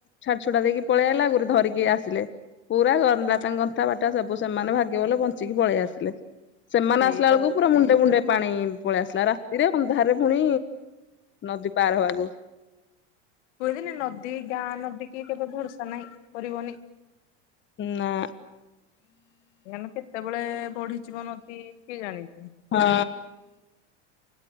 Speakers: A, on the left; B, on the left.
A: ଛାଡି ଛୁଡା ଦେଇକି ପଳେଇ ଆଇଲା ରୁ ଧରିକି ଆସିଲେ ପୁରା ଗଲା ତାଙ୍କ ଗନ୍ଥା ପଟା ସବୁ ସେମାନେ ଭାଗ୍। ସେ ଭଲ ବଞ୍ଚିକି ପଳେଇ ଆସିଲେ, ସେମାନେ
B: ସେଇଟା
A: ଆସିଲା ବେଳକୁ ପୁରା ମୁଣ୍ଡେ ମୁୁଣ୍ଡେ ପାଣି ପଳେଇ ଆସିଲା ରାତିରେ ଅନ୍ଧାରରେ ପୁଣି ନଦୀ ପାର ହବାକୁ।
B: କୁହନ୍ତିନି ନଦୀ ଗାଁ ନଦୀ। କିଏ କେବେ ଭରସା । ନାଇଁ କରିବନି।
A: ନା।
B: ଏମାନେ କେତେବେଳେ ବଢିଯିବ ନଦୀ। କିଏ ଜାଣିଛି?
A: ହଁ।